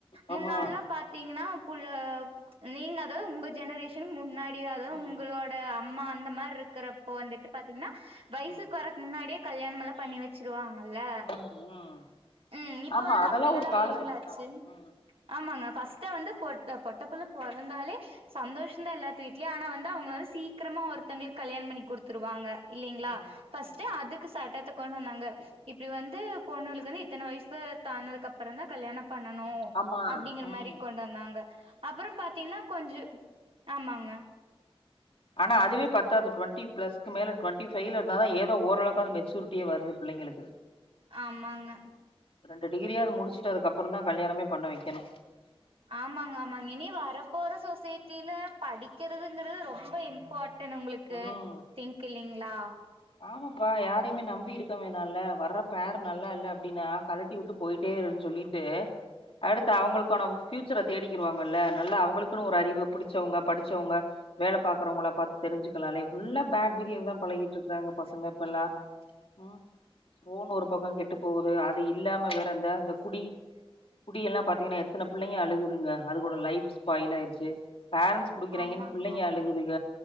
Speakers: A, on the left; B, on the right.
A: ஆமா.
B: முன்னாட்லா பாத் தீங்னா புள்ள நீங்க அதாவது உங்க ஜெனரேஷன்க் முன்னாடியே அதாவது
A: ம்.
B: உங்களோட் தே அம்மா அந்த மாரி இர்கறப்போ வந்துட்டு பாத்தீங்னா வயசுக்
A: ம்.
B: வரக்கு முன்னாடியே கல்யாணமெல்லா பண்ணி வ சிருவாங்கல்ல
A: ம். ம்.
B: ம் இப்ப
A: ஆமா
B: வந்து
A: அதெல்லாம்
B: அப்டியெல்லா
A: ஒரு காலகட்டம்
B: இல்லைங்ளாச்சி
A: தான். ம்.
B: ஆமாங்க ஃபஸ்ட்டா வந்து பொட் பொட்ட புள்ள பொறந்தாலே சந்தோஷந்தா எல்லாத்து வீட்லியு ஆனா வந்து அவுங்கள சீக்கிரமா ஒருத்தங்களுக்கு கல்யாண் பண்ணி குடுத்துருவாங்க இல்லலைங்ளா
A: ம்.
B: ஃபஸ்ட்டு
A: ம்.
B: அதுக்கு சட்டத்த கொண்டு வந்தாங்க இப்டி வந்து பொண்ணூளுக்குனு இத்தன வயசு தான்னதுக்கு அப்பறந் தா கல்யாணப் பண்ணனு
A: ஆமா.
B: அப்டிங்கற
A: ம்.
B: மாரி கொண்டாந்தாங்க அப்றோ பாத்தீங்னா கொஞ்சோ ஆமாங்க
A: ஆனா அதுவே பத்தாது டுவெண்டி பிளஸ்க்கு மேல டுவெண்டி ஃபைவ்ல இருந்தா தா ஏதோ ஓரளவுகாவது மெச்சூரிட்டியே வருது பிள்ளைங்களுக்கு
B: ஆமாங்க
A: ரெண்டு டிகிரியாவது முடிச்சுட்டு அதுக்கப்புற தா கல்யாணமே பண்ண வைக்கனு
B: ஆமாங்க ஆமாங்க இனி வரபோற சொசை டில படிக்கறதுங்கரது ரொம்ப இம்பாட்டன் உங்களுக்கு
A: ம்
B: திங்க் இல்லலைங்ளா
A: ஆமாப்பா யாரையுமே நம்பி இருக்க வேணால வர்ற பேர் நல்லா இல்ல அப்டினா கழட்டி வுட்டு போய்ட்டே இருன் சொல்லிட் டு அடுத்து அவுங்களுக்கான பியூச்சர தேடிகிடுவாங்கல்ல நல்லா அவுங்களுக்குனு ஒரு அறிவு புடிச்சவங்க படிச்சவங்க வேல பாக்கறவங்கள பாத்து தெரிஞ்சிக்கலால்ல ஃபுல்லா பேட் பிஹேவ் தா பழகிட்ருக் றாங்க பசங்க இப்ப எல்லா ம் ஃபோனு ஒரு பக்கோ கெட்டு போவுது அது இல்லாம வேற இந்த அந்த குடி குடி எல்லா பார்த்தீங்கனா எத்தன பிள்ளைங்க அழுகுதுங்க அது கூட லைஃப் ஸ்பாயில் ஆயிரிச்சி பேரன்ஸ் குடுக்கறாய்ங்கன்
B: ஆமாங்க
A: பிள்ளைங்க
B: ஆமாங்க
A: அழுகுதுக